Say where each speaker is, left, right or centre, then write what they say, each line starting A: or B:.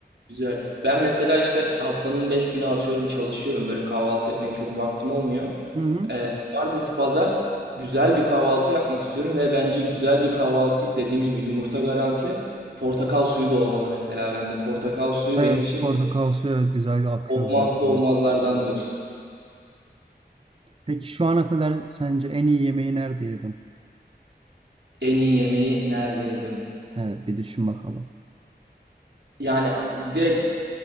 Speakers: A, on the right; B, on the right.
A: Güzel. Ben mesela işte haftanın 5 günü atıyorum çalışıyorum. Böyle kahvaltı etmeye çok vaktim olmuyor.
B: Hı hı.
A: Ee, cumartesi, pazar güzel bir kahvaltı yapmak istiyorum ve bence güzel bir kahvaltı dediğim gibi yumurta garanti. Portakal suyu da olmalı mesela bende. Portakal suyu
B: Evet,
A: benim için
B: portakal suyu evet güzel akıyor
A: olmazsa
B: bence.
A: olmazlardandır.
B: Peki şu ana kadar sence en iyi yemeği nerede yedin?
A: En iyi yemeği nerede yedim?
B: Evet bir düşün bakalım.
A: Yani a- direkt